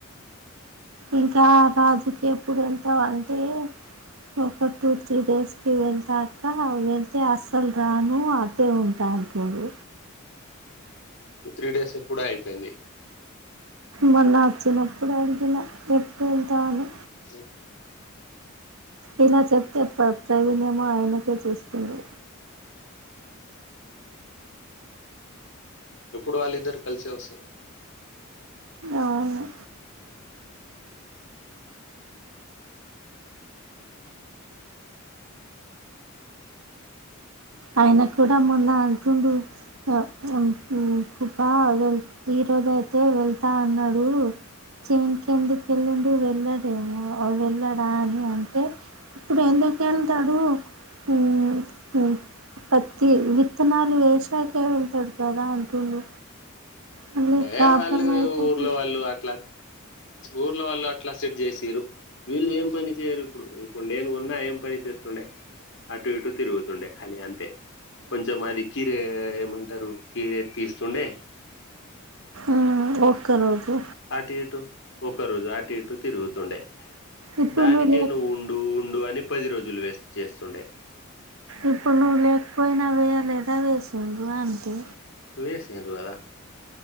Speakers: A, on the right; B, on the left.
A: ఇంకా రాజుకి ఎప్పుడు వెళ్తావ్ అంటే ఒక టూ త్రీ డేస్ కి వేళ్తా అక్కా వేళ్తే అసలు రాను తే ఉంటా అంటున్నాడు
B: త్రీ డేస్ ఎప్పుడో అయిపోయింది
A: మొన్న వచ్చినప్పుడు అడిగిన ఎప్పుడు వెళ్తావని
B: ఓ
A: ఇలా చెప్తే ప్రత్యయనమ ఆయనకే చూస్తుంది
B: ఎప్పుడు వాళ్ళు ఇద్దరు కలిసే వస్తారు
A: అవును ఆయన కూడా మొన్న అంటుండు హ హం ఉమ్ కుప వెళ్ ఈరోజ్ అయితే వెళ్తా అన్నాడు చేనికి ఎందుకు వెళ్ళండు వెళ్ళడేమో వెళ్ళాడా అని అంటే ఇప్పుడు ఎందుకు ఏళ్తాడు హ్మ్ హ్మ్ పత్తి విత్తనాలు వేసాకే వేళ్తాడు కదా అంటుండు మళ్ళీ ప్రాబ్లం
B: ఎ వాళ్ళు
A: అయితది
B: ఊర్లో వాళ్ళు అట్లా ఊర్లో వాళ్ళు అట్లా సెట్ చేసిరు వీళ్ళు ఏం పని చేయరు ఇప్పుడు ఇప్పుడ్ నేను ఉన్నా ఏం పని చేస్తుండే అటు ఇటు తిరుగుతుండే ఖాళీ అంతే కొంచెం అది కీరే ఏమంటారు కీరే తీస్తుండే
A: ఆ ఒక రోజు
B: అటు ఇటు ఒక రోజు అటు ఇటు తిరుగుతుండే
A: ఇప్పుడు
B: దానికే
A: లేక
B: నువ్వు ఉండు ఉండు అని పది రోజులు వేస్ట్ చేస్తుండే
A: ఇప్పుడు నువ్వు లేకపోయినా వేయలేదా వేసిండు అంతే
B: వేసిర్రు కదా